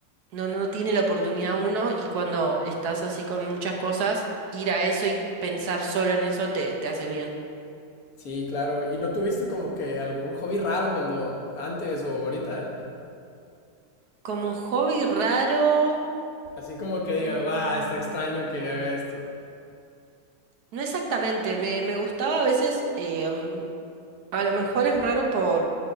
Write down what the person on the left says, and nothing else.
sí, claro. ¿Y no tuviste como que algún hobby raro cuando antes o ahorita?
Así como que diga,
va, está extraño que haga esto.